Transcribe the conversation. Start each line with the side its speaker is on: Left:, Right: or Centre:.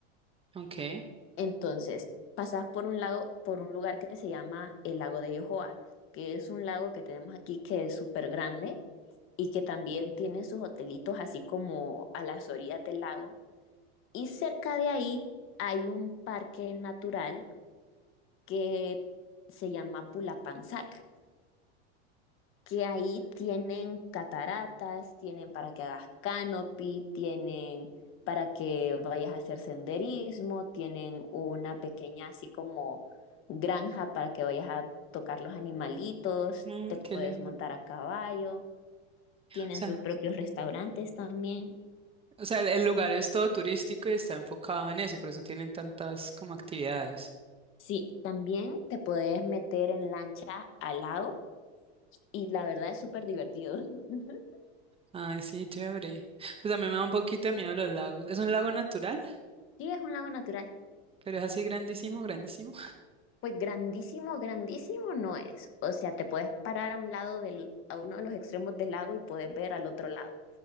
Right: Ok,
Left: Entonces, pasas por un lago, por un lugar que se llama el lago de Yohoa, que es un lago que tenemos aquí que es súper grande y que también tiene sus hotelitos así como a las orillas del lago. Y cerca de ahí hay un parque natural que se llama Pulapanzac, que ahí tienen cataratas, tienen para que hagas canopy, tienen para que vayas a hacer senderismo, tienen una pequeña así como granja para que vayas a tocar los animalitos,
Right: mm,
Left: te puedes
Right: qué lindo.
Left: montar
Right: O
Left: a caballo, tienen
Right: sea,
Left: sus propios restaurantes también.
Right: o sea, el, el lugar es todo turístico y está enfocado en eso, por eso tienen tantas como actividades.
Left: Sí, también te puedes meter en lancha al lago y la verdad es súper divertido. <laughs>
Right: Ay, sí, chévere. Pues a mí me da un poquito de miedo los lagos. Es un lago natural,
Left: Sí, es un lago natural.
Right: pero es así grandísimo, grandísimo.
Left: Pues grandísimo, grandísimo no es. O sea, te puedes parar a un lado del, a uno de los extremos del lago y puedes ver al otro lado.